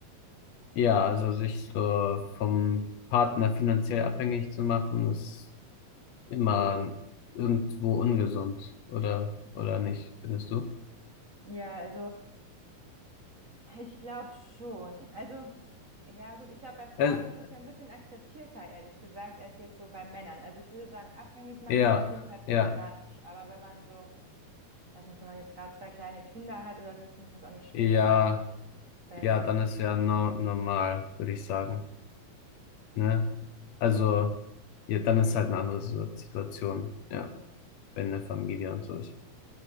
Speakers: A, on the left; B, on the right.
A: ja, also sich so vom Partner finanziell abhängig zu machen, ist immer irgendwo ungesund, oder, oder nicht, findest du?
B: Ja, also. Ich glaube schon. Also, ja, gut, ich glaube, bei Frauen
A: Äh,
B: ist das ja ein bisschen akzeptierter, ehrlich gesagt, als jetzt so bei Männern. Also, ich würde sagen, abhängig machen
A: ja,
B: ist auf jeden Fall problematisch.
A: ja,
B: Aber wenn man so,
A: <clears throat>
B: weiß nicht, wenn man jetzt gerade zwei kleine Kinder hat oder so, finde ich das auch nicht schlimm,
A: ja,
B: wenn man da jetzt.
A: ja,
B: ein-
A: dann ist ja no, normal, würde ich sagen, ne? Also, ja, dann ist halt eine andere Situ- Situation, ja, wenn eine Familie und so ist.